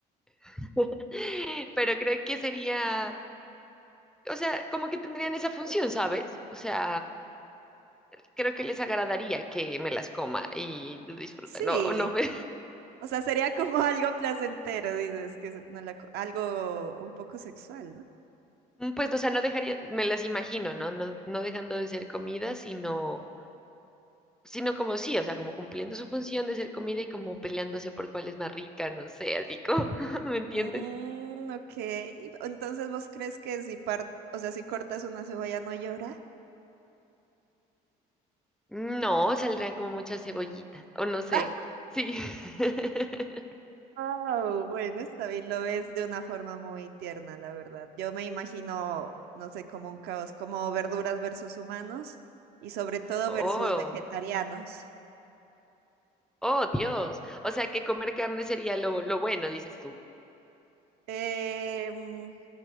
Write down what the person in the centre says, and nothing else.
<laughs> Pero creo que sería. O sea, como que tendrían esa función, ¿sabes? O sea, creo que les agradaría que me las coma y lo disfrutan.
No, o no me
Mm, Pues, o sea, no dejaría, me las imagino, ¿no? No, no dejando de ser comida, sino, sino como sí, o sea, como cumpliendo su función de ser comida y como peleándose por cuál es más rica, no sé, así como, <laughs> ¿me entiendes?
No, saldrían como muchas cebollitas, o no sé,
sí. <laughs>
Oh,
oh, Dios. O sea, que comer carne sería lo, lo bueno, dices tú.